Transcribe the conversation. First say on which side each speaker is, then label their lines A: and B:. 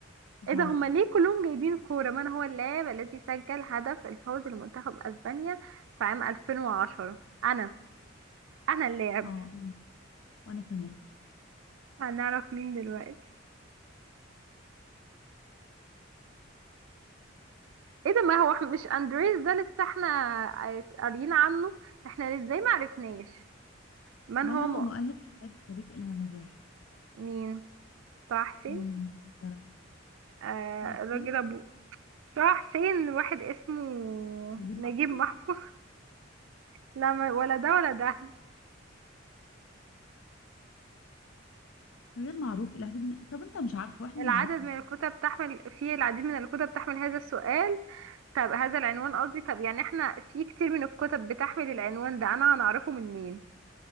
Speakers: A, on the left; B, on the right.
A: مش
B: ايه
A: عارفه
B: ده هما ليه كلهم جايبين كورة من هو اللاعب الذي سجل هدف الفوز لمنتخب اسبانيا في عام 2010 انا انا اللاعب
A: اه أنا. وانا كمان
B: هنعرف مين دلوقتي ايه ده ما هو إحنا- مش اندريس ده لسه احنا عايز- قاريين عنه احنا ازاي ما عرفناش من
A: من
B: هو
A: هو
B: م...
A: مؤلف كتاب الطريق الى النجاح
B: مين طه حسين
A: مين يا ترى
B: آه
A: طه حسين
B: الراجل ابو طه حسين واحد اسمه
A: نجيب
B: نجيب
A: محفوظ
B: محفوظ <laughs> لا ما- ولا ده ولا ده
A: غير معروف الى حد ما طب انت مش عارفه واحنا
B: العدد
A: نعرفه
B: من الكتب تحمل في العديد من الكتب تحمل هذا السؤال طب هذا العنوان قصدي طب يعني احنا في كتير من الكتب بتحمل العنوان ده انا هنعرفه من مين